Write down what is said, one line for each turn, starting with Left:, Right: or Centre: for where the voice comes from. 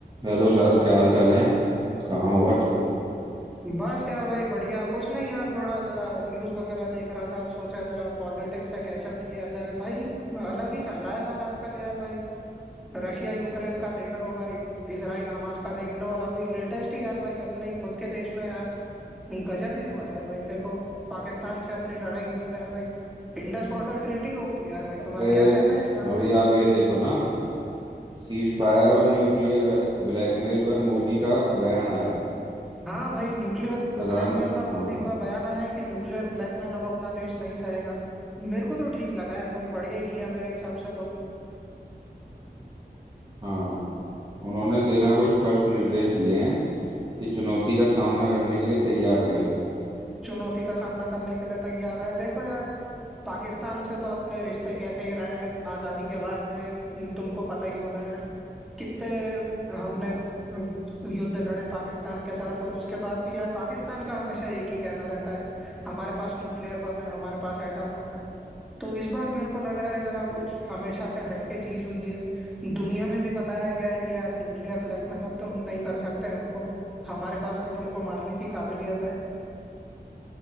Right: हेलो सर क्या हाल चाल है कहाँ हो आजकल
Centre: बस यार भाई बढ़िया कुछ नहीं यार थोड़ा जरा न्यूज़ वगैरह देख रहा था सोचा जरा पॉलिटिक्स से कैचअप किया जाए भाई अलग ही चल रहा है यार आजकल यार भाई रशिया यूक्रेन का देख रहे हो भाई इसराइल हमास का देख लो और अभी लेटेस्ट ही यार भाई अपने खुद के देश में यार गजब ही हुआ यार भाई देखो पाकिस्तान से अपनी लड़ाई हुई यार भाई इंडस वाटर ट्रीटी रोक दी यार भाई
Right: अरे
Centre: तुम्हारा क्या कहना है इस बात
Right: अभी आप ये देखो ना सीज फायर और न्यूक्लियर वे- ब्लैकमेल पर मोदी का बयान आया है
Centre: हाँ भाई न्यूक्लियर
Right: प्रधान
Centre: ब्लैकमेल पर
Right: हाँ
Centre: मोदी का बयान आया है कि न्यूक्लियर ब्लैकमेल अब अपना देश नहीं सहेगा मेरे को तो ठीक लगा यार भाई बढ़िया ही किया मेरे हिसाब से तो
Right: हाँ उन्होंने सेना को स्पष्ट निर्देश दिए हैं कि चुनौती का सामना करने के लिए तैयार रहें
Centre: चुनौती का सामना करने के लिए तैयार रहे देखो यार पाकिस्तान से तो अपने रिश्ते कैसे ही रहे हैं आजादी के बाद से उम, तुमको पता ही होगा यार कितने हमने
Right: हाँ,
Centre: अ, युद्ध लड़े पाकिस्तान के साथ और उसके बाद भी यार पाकिस्तान का हमेशा एक ही कहना रहता है हमारे पास न्यूक्लियर बम है हमारे पास एटम बम है तो इस बार मेरे को लग रहा है जरा कुछ
Right: सही
Centre: हमेशा से हटके चीज हुई है दुनिया में भी बताया गया है कि यार न्यूक्लियर ब्लैकमेल अब तुम नहीं कर सकते हमको हमारे पास भी तुमको मारने की काबिलियत है